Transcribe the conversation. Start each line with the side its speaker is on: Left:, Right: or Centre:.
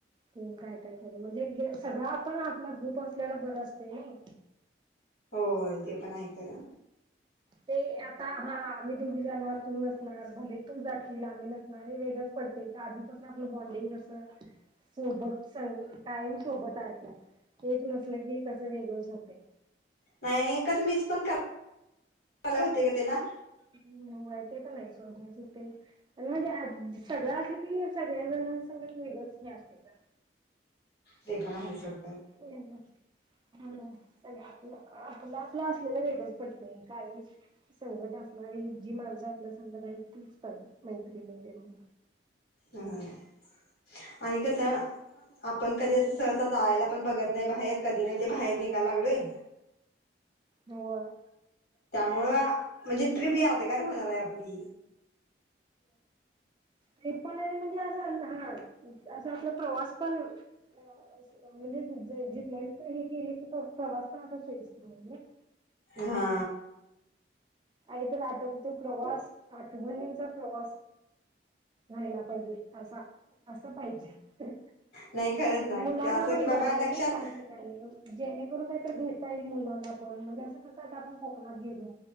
Right: की काय? <unintelligible> म्हणजे एकद सगळा आपण आपला ग्रुप असलेला बरा असतोय नाई?
Left: हो होय ते पण आहे खरं
Right: ते आता हां आम्ही दोघी जाणार तू नसणार भले तू जाशील आम्ही नसणार हे वेगळंच पडतंय गं आधीपासनं आपलं बॉन्डिंग कसं सोबत सई कायम सोबत असणार एक नसलं की कसं वेगळच होतंय.
Left: नाही आणि कसं मिस पण कर <unintelligible> हुतंय गं त्याला <inaudible>
Right: हम्म होय ते पण आहे सोडलेच होते आणि म्हणजे आद सगळं असलं की सगळ्याजणांसोबत वेगळंच हे असतंय गं
Left: ते पण आहे सोड.
Right: होय गं. <unintelligible> आपलं आपलं असलेलं वेगळच पडतंय कायम सोबत असणारी जी माणसं आपल्या संगट आहेत तीच पाहिजे मैत्रिणी तेन.
Left: <unintelligible> आणि कसं आपण कधी अस सहसा जायाला
Right: ह
Left: पण बघत नाही बाहेर कधी नाही ते बाहेर निघाय लागलोय
Right: होय होय.
Left: त्यामुळ म्हणजे ट्रीप या दगार होणार आहे आपली.
Right: ते पण आणि म्हणजे असं <unintelligible> असं आपला प्रवास पण अ अस म्हणजे <unintelligible> हे केलं की प प्रवास पण आता सोईस्कर होऊन जाईल.
Left: हा....
Right: आणि तुला आठवतो तो प्रवास, आठवणींचा प्रवास. राहिला पाहिजे असा. असं पाहिजे.
Left: नाही खरंच ना
Right: मुलांना
Left: असं
Right: पण
Left: की बाबा
Right: बरं आहे
Left: लक्षात
Right: नाही त्या ठिकाणी जेणेकरून काही तरी घेता येईल मुलांना पण म्हणजे असं कसं आता आपण. तवा गेलो